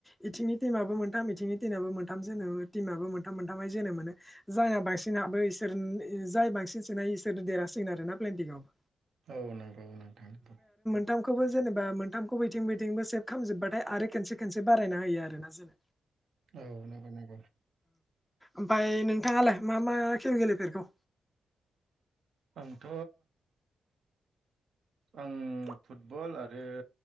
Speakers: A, in the centre; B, on the right.
A: बिथिंनि टिमाबबो मोनथाम इथिंनि <unintelligible> मोनथ जोन मोनो ज बांसिन हाबोसोर बांसिन सोननाय इसोर देरासिगोन आरोोना प्लेनटिकआवबो
B: औ नंगौ औ नंथां नगौ।
A: मोनथामखौबो जेनेबा मोनथामखौ बैथिं बैथिंबो सो खामजोबबाथाय आरो खनसे खनसे बारायना होयो आरोोना जेन
B: औ नंगौ नंगौ।
A: ओमफ्राय नोंथाङालाय मा मा खेल गेलेफेरखो
B: आंथ'। आं फुटबल आरो